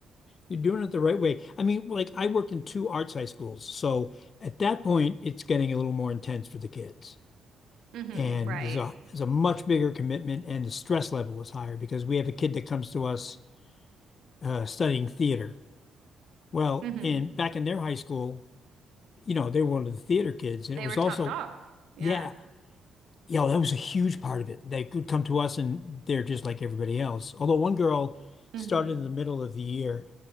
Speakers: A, on the left; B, on the right.
A: you're doing it the right way. I mean, like I worked in two arts high schools, so at that point it's getting a little more intense for the kids.
B: <laughs> hmm
A: And
B: right.
A: there's a there's a much bigger commitment and the stress level was higher because we have a kid that comes to us uh, studying theater. Well,
B: hmm
A: in back in their high school, you know, they were one of the theater kids and
B: They
A: it was
B: were
A: also,
B: top dog. Yeah.
A: yeah, you know, that was a huge part of it. They could come to us and they're just like everybody else. Although one girl
B: hmm
A: started in the middle of the year